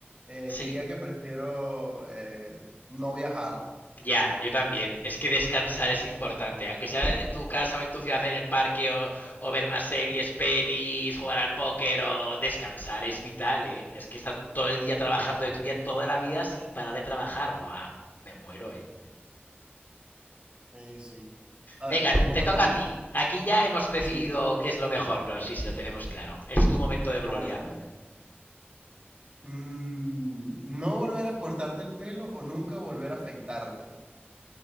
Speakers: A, on the right; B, on the left.
A: eh,
B: Sí,
A: diría que prefiero eh, no viajar.
B: Ya, yo también. Es que descansar es importante. Aunque sea en tu casa o en tu ciudad, en el parque, o, o ver más series, pelis, jugar al póker, o descansar es vital, ¿eh? Es que estar todo el día trabajando de tu vida, toda la vida, sin parar de trabajar. Buah, me muero, ¿eh?
A: Sí, sí. A
B: Venga,
A: ver, me
B: te
A: toca
B: toca
A: a mí.
B: a ti. Aquí ya hemos decidido
A: Sí, sí.
B: qué es lo mejor, pero sí, sí, lo tenemos claro. Es tu momento de gloria.
A: A ver, a ver. Mm, no volver a cortarte el pelo o nunca volver a afeitarte.